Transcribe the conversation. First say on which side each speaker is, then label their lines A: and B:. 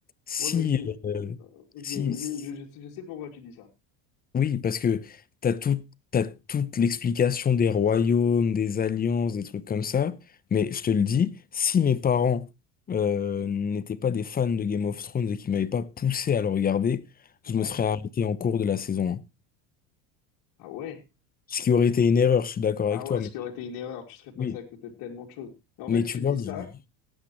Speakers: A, on the left (about 20°); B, on the left (about 60°).
A: si,
B: Ouais, mais c'était.
A: euh,
B: euh, Ok,
A: si,
B: vas-y,
A: si-
B: je, je, sais je sais pourquoi tu dis ça.
A: oui, parce que t'as tout, t'as toute l'explication des royaumes, des alliances, des trucs comme ça. Mais je te le dis, si mes parents, euh, n'étaient pas des fans de Game of Thrones et qu'ils m'avaient pas poussé à le regarder,
B: Ouais.
A: je me serais arrêté en cours de la saison un
B: Ah ouais.
A: Ce qui aurait été une erreur, je suis d'accord
B: Ah
A: avec toi.
B: ouais, ce
A: Mais,
B: qui aurait été une erreur, tu serais passé
A: oui.
B: à côté de tellement de choses. Mais en
A: Mais
B: fait,
A: tu
B: tu
A: vois,
B: dis
A: je-
B: ça,